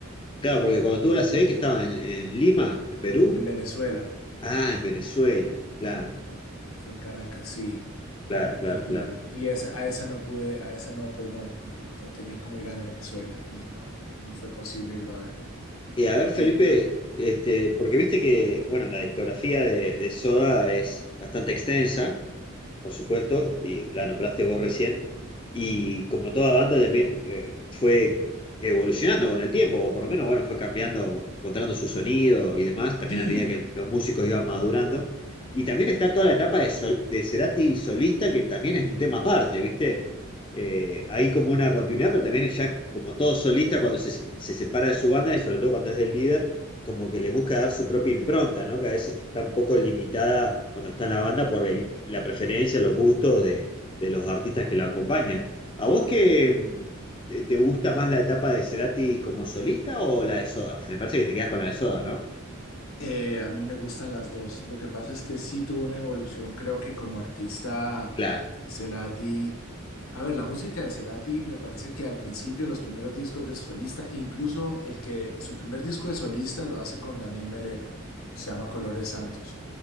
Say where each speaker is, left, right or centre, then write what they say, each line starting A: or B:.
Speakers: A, on the left (about 25°); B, on the left (about 85°).
A: claro, porque cuando
B: en
A: tú
B: ese
A: la se
B: momento.
A: ve que estaba en, en Lima, en Perú.
B: En Venezuela,
A: Ah, en Venezuela. Claro,
B: en- en- fue en Caracas, sí.
A: claro, claro,
B: Y,
A: claro. claro.
B: y esa, a esa no pude, a esa no, pues no, no, no, no tenía como ir a Venezuela y no, no fue posible irlo a ver.
A: Y a
B: Creo
A: ver,
B: que
A: Felipe,
B: hay una.
A: este, porque viste que, bueno, la discografía de, de Soda es bastante extensa por supuesto, y la nombraste vos recién. Y como toda banda también eh, fue evolucionando con el tiempo, o por lo menos, bueno, fue cambiando, encontrando su sonido y demás, también
B: Sí,
A: a medida que los músicos iban madurando. Y también está toda la etapa de, sol- de Cerati solista, que también es un tema aparte, ¿viste? Eh, hay como una continuidad, pero también ya, como todo solista, cuando se, se separa de su banda y sobre todo cuando es el líder como que le busca dar su propia impronta, ¿no? Que a veces está un poco limitada cuando está en la banda por el- la preferencia, los gustos de, de los artistas que la acompañan. ¿A vos qué te te gusta más la etapa de Cerati como solista o la de Soda? Me parece que te quedas con la de Soda, ¿no?
B: Eh, a mí me gustan las dos. Lo que pasa es que sí tuvo una evolución. Creo que como artista,
A: Claro,
B: Cerati. A ver, la música de Cerati me parece que al principio, los primeros discos de solista, incluso el que su primer disco de solista lo hace con Daniel Melero, se llama Colores Santos.